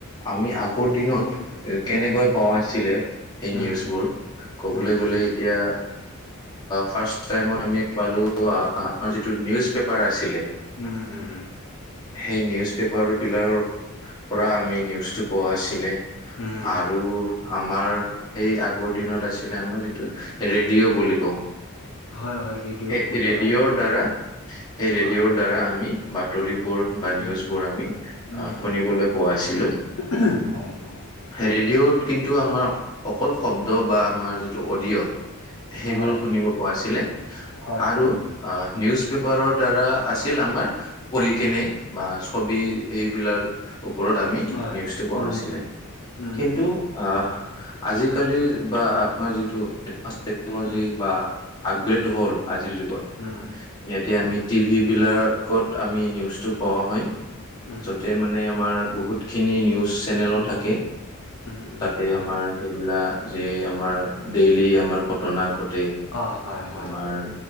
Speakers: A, on the left; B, on the left.
A: আমি আগৰ দিনত এ,
B: উম
A: কেনেকৈ
B: উম
A: পাওঁ আছিলে সেই
B: উম
A: নিউজবোৰ ক'বলৈ
B: উম
A: গ'লে এতিয়া ফাৰ্ষ্ট টাইমত আমি পালোঁ, আমাৰ যিটো নিউজ পেপাৰ আছিলে
B: উম, উম।
A: সেই নিউজ পেপাৰবিলাকৰ পৰা, আমি নিউজটো পোৱা আছিলে।
B: উম
A: আৰু আমাৰ সেই আগৰ দিনত আছিলে আমাৰ যিটো ৰেডিঅ' বুলি কওঁ।
B: হয় হয় ৰেডিঅ'
A: সেই
B: বহুত
A: ৰেডিঅ'ৰ
B: চলাইছে হয়
A: দ্বাৰা, সেই ৰেডিঅ'ৰ
B: হয়
A: দ্বাৰা আমি বাতৰি বোৰ বা
B: উম
A: নিউজ
B: উম
A: বোৰ আমি
B: উম উম
A: শুনিবলৈ পোৱা আছিলো
B: উম হয় হয়
A: ৰেডিঅ'ত কিন্তু আমাৰ অকল শব্দ বা আমাৰ যিটো অডিঅ' সেইবোৰ
B: হয়
A: শুনিব পোৱা আছিলে
B: হয়,
A: আৰু
B: হয়,
A: অ নিউজ পেপাৰৰ দ্বাৰা আছিল আমাৰ পঢ়ি
B: হয়,
A: কেনে বা ছবি এইবিলাক ওপৰত আমি
B: হয়,
A: নিউজটো পোৱা
B: উম,
A: আছিলে
B: উম, উম,
A: কিন্তু আহ আজিকালি বা আমাৰ যিটো টেকনলজি
B: উম,
A: বা আপগ্ৰেড
B: উম,
A: হ'ল আজিৰ যুগত
B: উম,
A: ইয়াতে আমি টি ভি বিলাকত আমি নিউজটো পোৱা হয়
B: উম,
A: যতে মানে আমাৰ বহুত খিনি নিউজ চেনেলো
B: উম,
A: থাকে
B: উম, উম,
A: তাতে
B: হয়,
A: আমাৰ সেইবিলাক যে আমাৰ ডেইলি আমাৰ ঘটনা ঘটে
B: অ', হয়, হয়,
A: আমাৰ